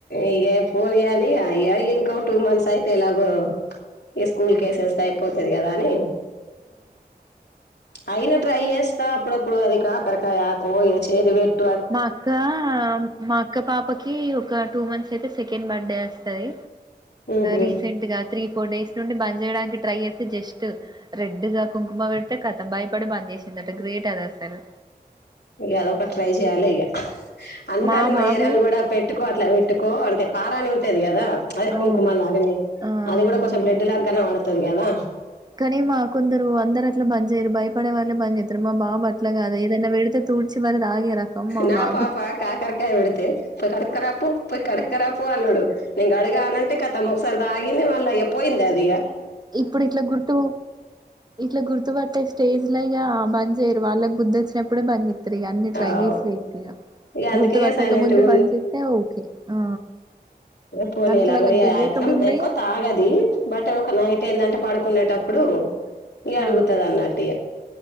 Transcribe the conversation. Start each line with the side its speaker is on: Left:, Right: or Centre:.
Left: ఇగ ఫోర్ గాని అయ్య ఇంకో టూ మంత్స్ అయితే ఎలాగో ఇగ స్కూల్ కేసేస్తే అయిపోతది కదా అని అయిన ట్రై చేస్తా అప్పుడప్పుడు అది కాకరకాయ ఆకో ఇగ చేది పెట్
Right: మా అక్కా మా అక్క పాపకి ఒక టూ మంత్స్అయితే సెకండ్ బర్త్ డే వస్తది
Left: ఉహు
Right: రీసెంట్ గా త్రీ ఫోర్ డేస్ నుండి బంద్ చేయడానికి ట్రై చేసి జస్ట్ రెడ్ గా కుంకుమ పెడితే కతం బయపడి బంద్ చేసిందట గ్రే గిట్టదు అసలు
Left: ఇయలో ట్రై చేయాలి ఇక అంటటి
Right: మా
Left: మ
Right: బాబు
Left: ఏర్యాలు కూడా పెట్టుకో అట్లా పెట్టుకో అంటే పారని ఉంటది కదా అదే కుంకుమ
Right: అవును
Left: లాగాని
Right: ఆ
Left: అది
Right: అవునవును
Left: కూడా కొంచెం బ్లెడ్ లాగగానే కనబతుటాది కదా
Right: కానీ మా కొందరు అందరు అట్లు బంద్ చేయరు భయపడే వాళ్ళే బంద్ చే అ మా బాబు అట్లా కాదు ఏదనా పేడితే తూడ్చి మరి తాగే రకం మా
Left: నా
Right: బాబు
Left: పాప కాకరకాయ పెడితే పోయి కడుక్కరాపో పోయి కడుక్కరాపో అన్నాడు నేను కడక గా అనంటే కథం ఒకసారి వాగింది మాల ఇగ పోయిందదిక
Right: ఇప్పుడు ఇట్లా గుర్తు ఇట్లా గుర్తుపట్టే స్టేజి లో ఇగ బంద్ చేయరు వాళ్ళకి బుద్ధి వచ్చినప్పుడే బంద్ చేస్తారు ఇక అన్ని ట్రై
Left: అవ్
Right: చేసి వీటి ఇగ
Left: ఇక అందుకే
Right: గుర్తు
Left: ఇక
Right: పట్టక
Left: సైలెంట్గా
Right: ముందు బంద్ చేస్తే ఓకే ఆ
Left: పోలేలాగ
Right: అందుకే వాళ్ళకి తెలియక
Left: అట్ల ఎమ్
Right: ముందే
Left: ఎక్కువ తాగది బట్ ఒక నైట్ ఏంటంటే పడుకునేటప్పుడు అడుగుతది
Right: ఆ
Left: అన్నట్టు ఇక